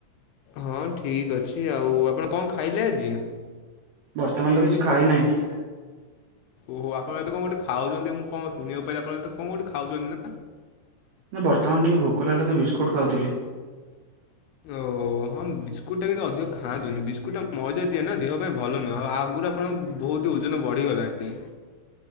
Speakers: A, on the left; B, on the right.
A: ହଁ ଠିକ ଅଛି ଆଉ ଆପଣ କଣ ଖାଇଲେ ଆଜି?
B: ବର୍ତ୍ତମାନ ତ କିଛି ଖାଇ ନାହିଁ।
A: ଓହୋ ଆପଣ ଏବେ କୋଟେ ଖାଉଛନ୍ତି ମୁଁ କଣ ଶୁଣିବାକୁ ପାଇଁଲି ଆପଣ ଏ କୋଠ ଖାଉଛନ୍ତି ନା
B: ନା ବର୍ତ୍ତମାନ ଟିକେ ଭୋକଲ ହେଲା ତ ବିସ୍କୁଟ୍ ଖାଉଥିଲି।
A: ଓ ହଁ ବିସ୍କୁଟ ଟା କିନ୍ତୁ ଅଧିକ ଖାଆନ୍ତୁନି ବିସ୍କୁଟ ଟା ମଇଦା ଦିଏ ନା ଦେହ ପାଇଁ ଭଲ ନୁହଁ ଆଉ ଆଗା ଆପଣ ବହୁତ ଓଜନ ବଢ଼ିଗଲାଣି।